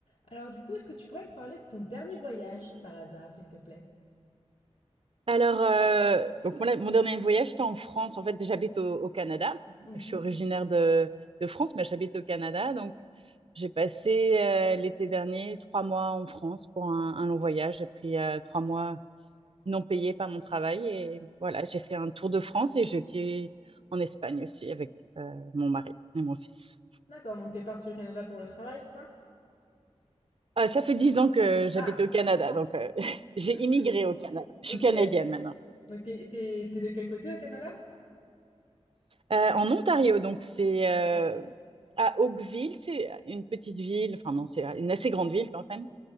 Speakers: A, on the left (about 65°); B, on the right (about 55°).
A: Alors du coup, est-ce que tu pourrais me parler de ton dernier voyage, par hasard, s'il te plaît?
B: Alors, euh, donc mon, mon dernier voyage, c'était en France. En fait, j'habite au, au Canada.
A: Mhm.
B: Je suis originaire de, de France, mais j'habite au Canada. Donc, j'ai passé euh, l'été dernier trois mois en France pour un, un long voyage. J'ai pris euh, trois mois non payés par mon travail. Et voilà, j'ai fait un tour de France et j'étais en Espagne aussi avec euh, mon mari et mon fils.
A: D'accord, donc t'es parti au Canada pour le travail, c'est ça?
B: Ah, ça fait dix ans que j'habite
A: Ah,
B: au Canada. Donc, euh, <laughs> j'ai
A: d'accord.
B: immigré au Canada. Je
A: Ok.
B: suis canadienne maintenant.
A: Donc t'es, t'es- t'es de quel côté au Canada?
B: Euh, en Ontario, donc c'est euh,
A: Ok,
B: à Oakville, c'est une petite ville, enfin non, c'est une assez grande ville quand même.